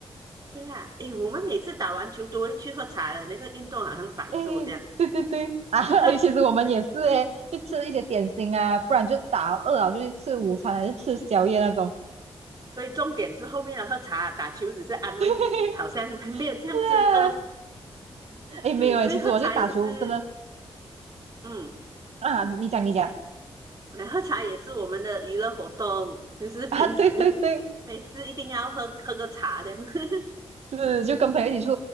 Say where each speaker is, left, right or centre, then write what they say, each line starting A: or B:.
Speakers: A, on the right; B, on the right.
A: 是啦，诶，我们每次打完球都会去喝茶的，那个运动好像白做这样。
B: 诶，对对对，啊，
A: <laughs>
B: <laughs> 诶，其实我们也是诶，就吃一些点心啊，不然就打饿了就去吃午餐还是吃宵夜那种。
A: 所以重点是后面的喝茶打球只是安慰自己，
B: <laughs>
A: 好像 <laughs> 没有这样罪恶。
B: 是啊，诶，
A: 对，
B: 没有诶，
A: 所以喝茶也是，
B: 其实我去打球真的
A: 嗯，
B: 啊，你讲你讲
A: 喝茶也是我们的娱乐活动，就是平时每次一定要喝喝个茶这样，
B: <laughs> 啊，对对对，
A: <laughs>
B: 是就跟朋友一起出，